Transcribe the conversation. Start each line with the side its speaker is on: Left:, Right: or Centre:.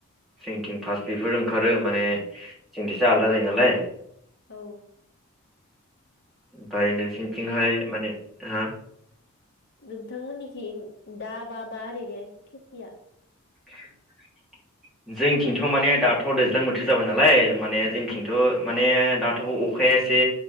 Centre: जोंनिथिं फास बेफोरो ओंखारो माने जोंनिथिंजा आलादा जायो नालाय
Left: औ
Centre: ओमफ्राय नोंसिनिथिंहाय
Left: बेनिफ्राय
Centre: माने हा
Left: नोंथांमोननिखि दा। मा मा ओरैनो खोथिया
Centre: <inaudible> जोंथिंथ माने दाथ' दैज्लां बोथोर जाबाय नालाय माने जोंनिथिंथ माने दाथ' अखाया एसे